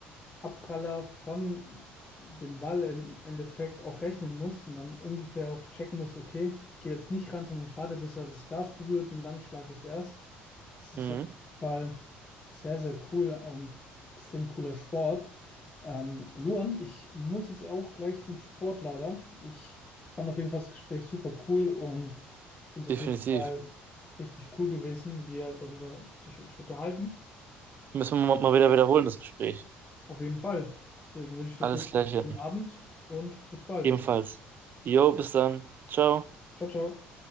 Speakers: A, on the left (about 25°); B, on the right (about 45°).
A: Abpraller von dem Ball im Endeffekt auch rechnen muss und dann ungefähr auch checken muss. okay, ich gehe jetzt nicht ran, sondern ich warte, bis er das Glas berührt und dann schlage ich erst. Das ist
B: Mhm,
A: auf jeden Fall sehr, sehr cool und extrem cooler Sport. Ähm, Luan, ich muss jetzt auch gleich zum Sport leider. Ich fand auf jeden Fall das Gespräch super cool und finde es
B: definitiv.
A: auf jeden Fall richtig cool gewesen, mit dir darüber sich zu unterhalten.
B: Müssen wir mal mal wieder wiederholen, das Gespräch.
A: Auf jeden Fall. Deswegen wünsche ich dir
B: Alles
A: auf jeden
B: Gleiche.
A: Fall einen schönen Abend und bis bald.
B: Ebenfalls. Jo, bis dann. Ciao.
A: Ciao, ciao.